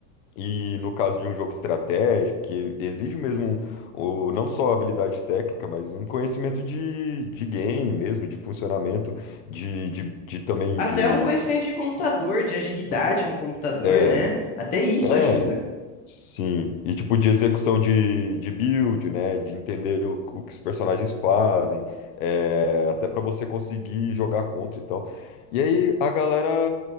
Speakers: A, on the left (about 60°); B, on the left (about 15°).
A: e no caso de um jogo estratégico que exige mesmo o, não só habilidade técnica, mas um conhecimento de, de game mesmo, de funcionamento, de, de, de também
B: Até
A: de
B: um conhecimento de computador, de agilidade no computador,
A: é,
B: né? Até isso
A: é.
B: ajuda.
A: Sim, e tipo de execução de, de build, né? De entender o, o que os personagens fazem, é, até pra você conseguir jogar contra e tal. E aí a galera,